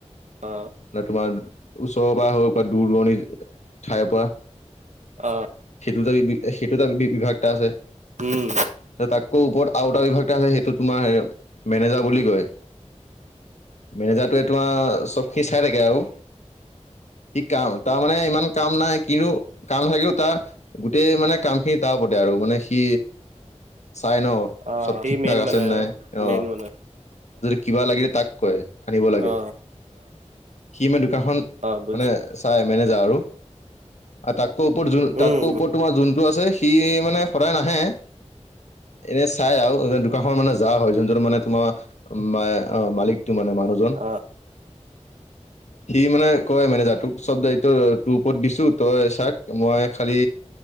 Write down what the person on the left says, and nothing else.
ন, তোমাৰ ওচৰৰ পৰা হওক, বা দূৰ-দূৰণিৰ ঠাইৰ পৰা।
সেইটো ত, সেইটো তটা বিভাগটা আছে,
তাককৈ ওপৰত আউটা বিভাগ আছে, সেইটো তোমাৰ মেনেজাৰ বুলি কয়। মেনেজাৰটোৱে তোমাৰ চব খিনি চাই থাকে আৰু সি কাম তাৰমানে ইমান কাম নাই কিনো কাম থাকেও তাৰ গোটেই মানে কাম খিনি তাৰ ওপৰতে আৰু মানে সি চাই, ন,
চব
ঠিক-ঠাক
আছে
নাই, আহ।
কিবা লাগিলে তাক কয়, আনিব লাগে।
সি মানে দোকানখন
মানে চাই মেনেজাৰ আৰু তাক ওপৰত য,
তাক ওপৰত তোমাৰ জোনটো আছে সি মানে সদায় নাহে। এনে চাই আৰু দোকানখন মানে যা হয়, যোন-যন মানে তোমাৰ মালিক। ত, মানে মানুহজন
সি মানে কয় মেনেজাৰ তোক চব তোৰ ওপৰত দিছো তই চাক মই খালি